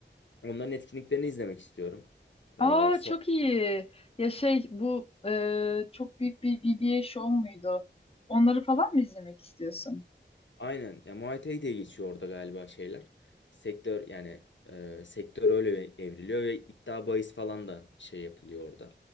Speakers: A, on the left (about 75°); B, on the left (about 30°).
A: onların etkinliklerini izlemek istiyorum.
B: Aa
A: E,
B: çok iyi. Ya şey bu e, çok büyük bir BBA show muydu? Onları falan mı izlemek istiyorsun?
A: Aynen. Ya Muay Thai diye geçiyor orada galiba şeyler. Sektör yani e, sektör öyle evriliyor ve iddia bahis falan da şey yapılıyor orada.